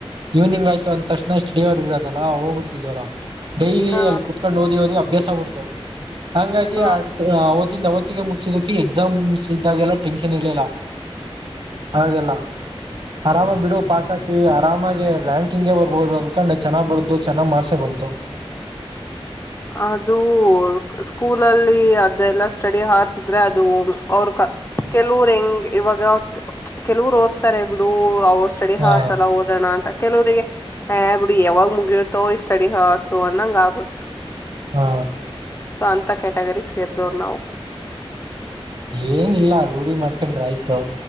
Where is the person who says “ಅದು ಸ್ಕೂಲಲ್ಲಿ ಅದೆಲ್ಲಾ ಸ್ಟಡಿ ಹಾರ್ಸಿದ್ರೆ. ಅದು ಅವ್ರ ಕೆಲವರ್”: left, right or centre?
Left